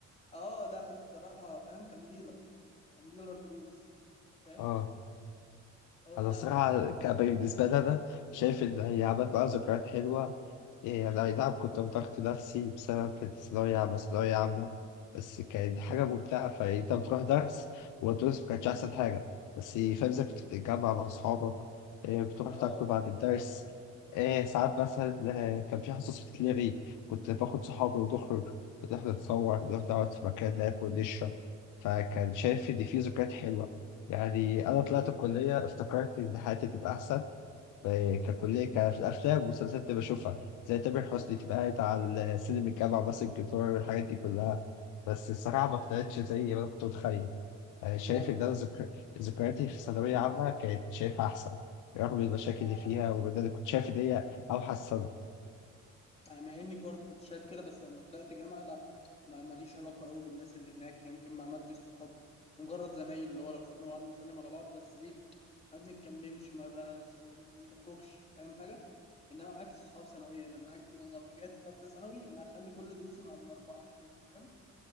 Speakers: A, on the left; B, on the left.
A: اه لا الصراحه فاهم كان ديلر كان ديلر دروس فاهم
B: اه
A: هو
B: أنا
A: لا
B: الصراحة
A: لا
B: ك- بالنسبة لي أنا شايف إن هي عملت معايا ذكريات حلوة يعني أي نعم كنت بضغط نفسي بسبب الثانوية عامة ثانوية عامة بس كانت حاجة ممتعة فأنت بتروح درس والدروس ما كانتش أحسن حاجة بس فاهم إزاي كنت بتتجمع مع أصحابك إيه، بتروح
A: اه
B: تاكل بعد
A: بتبقى
B: الدرس
A: جامدة
B: إيه، ساعات مثلا آه، كان في حصص بتتلغي كنت باخد صحابي ونخرج نروح نتصور نروح نقعد في مكان ناكل نشرب فكان شايف إن في ذكريات حلوة يعني أنا طلعت الكلية افتكرت إن حياتي تبقى أحسن آه، ككلية ك- في الأفلام والمسلسلات اللي بشوفها زي تامر حسني
A: اه
B: تبقى قاعد على سلم الجامعة ماسك
A: بس-
B: الجيتار والحاجات دي كلها بس الصراحة ما طلعتش زي ما أنا كنت متخيل آه،
A: لا
B: شايف إن أنا ذكر- ذكرياتي في ثانوية عامة كانت شايفها أحسن رغم المشاكل
A: اه
B: اللي فيها
A: انا
B: وده اللي كنت شايف إن هي أوحش سنة
A: انا مع اني برضو كنت شايف كده بس لما طلعت جامعة لا ما ماليش علاقة قوي بالناس اللي هناك يمكن ما عملتش صحاب مجرد زمايل اللي هو لو شفنا بعض نسلم على بعض بس ايه ما بنتكلمش ما, بس ما بنخرجش فاهم حاجة انما عكس صحاب ثانوية ده بالعكس انا لو رجعت تالتة ثانوي انا هخلي كل دروسي مع الاربعة بتوعي فاهم